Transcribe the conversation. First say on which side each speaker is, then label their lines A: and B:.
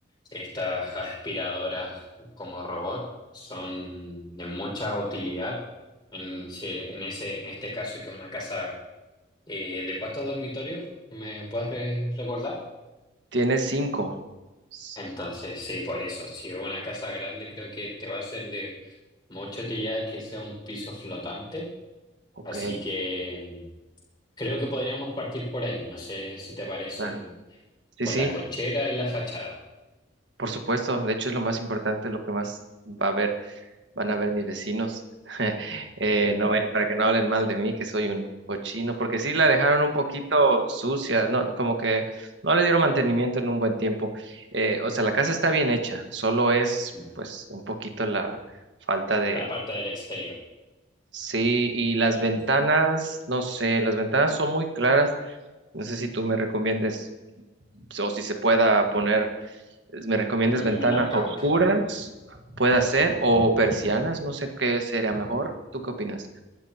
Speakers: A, on the left; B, on the right.
A: estas aspiradoras como robot, son de mucha utilidad. En, si- en ese, en este caso, que una casa eh, ¿de cuántos dormitorios me puedes re- recordar?
B: tienes cinco. S-
A: Entonces, sí, por eso, si es una casa grande, creo que te va a ser de mucha utilidad que sea un piso flotante.
B: Ok.
A: Así que mm, creo que podríamos partir por ahí. No sé si te parece
B: Claro. Sí,
A: por
B: sí,
A: la cochera y la fachada,
B: por supuesto. De hecho, es lo más importante, lo que más va a ver, van a ver mis vecinos. <laughs> Eh, no, vaya- para que no hablen mal de mí, que soy un cochino, porque sí la dejaron un poquito sucia, no, como que no le dieron mantenimiento en un buen tiempo. Eh, o sea, la casa está bien hecha, solo es
A: Mm.
B: pues un poquito la falta de...
A: la parte del exterior.
B: Sí, y las
A: Ujú.
B: ventanas, no sé, las ventanas son muy claras. No sé si tú me recomiendes o si se pueda poner ¿Me recomiendas
A: Mm,
B: ventanas
A: Blackout.
B: oscuras? Puede ser, o persianas, no sé qué sería mejor. ¿Tú qué opinas?